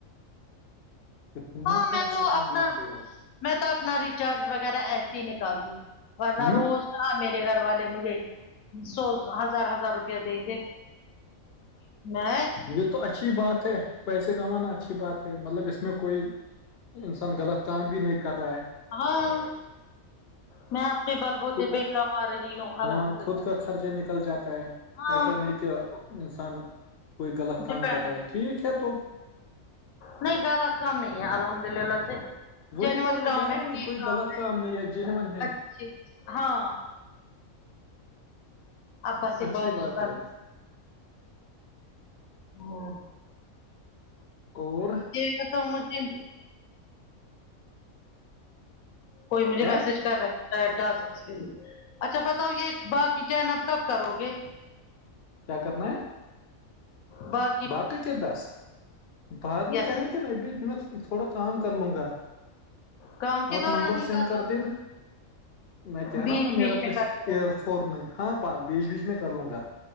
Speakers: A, on the left (about 60°); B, on the left (about 80°).
A: کتنے
B: ہاں
A: پیسے
B: میں تو
A: کماتے
B: اپنا
A: ہو
B: میں تو اپنا ریچارج وغیرہ ایس ہی نکالتی ہوں ورنہ
A: ہوں
B: روز کہاں میی گھر والے مجھے سو ہزار ہزار روپیہ دیں گے <unintelligible>
A: یہ تو اچھی بات ہے پیسے کمانا اچھی بات ہے مطلب اس میں کوئی انسان غلط کام بھی نہیں کر رہا ہے
B: ہاں میں آپنے بل بوتے
A: خود
B: پہ کما رہی ہوں
A: ہاں
B: الحمد للہ
A: خود کا خرچہ نکل جاتا ہے
B: ہاں
A: ایسا نہیں کہ انسان کوئی غلط کام
B: ڈپینڈ
A: کر رہا ہے ٹھیک ہے تو
B: نہیں غلط کام نہیں ہے الحمد للہ سے
A: وہی
B: جینن
A: تو میں
B: کام
A: کہہ رہا
B: ہے
A: ہوں نا کوئی
B: کام
A: غلط
B: ہے
A: نہیں جینون ہے
B: اچھ ہاں ابا سے
A: اچھی
B: بارش
A: بات
B: با
A: ہے
B: ہاں
A: اور
B: یہ تو مجھے کوئی مجھے
A: کیا
B: میسج کر رہا ٹاسک کے لیے اچھا بتاؤ یہ باقی چٹین آپ کب کرو گے
A: کیا کرنا ہے
B: بات
A: باقی کے دس بعد میں
B: یس
A: کریں گے نا ابھی میں تھوڑا کام کر لوں گا
B: کام کے
A: آپ
B: دوران
A: نمبر
B: ہی
A: سینڈ کر
B: لو
A: د ینا میں کہہ
B: بیچ
A: رہا ہوں نا
B: بیچ
A: میرا
B: میں
A: پس
B: کرتے رہے
A: ایئر فور نہیں ہاں بیچ بیچ میں کر لوں گا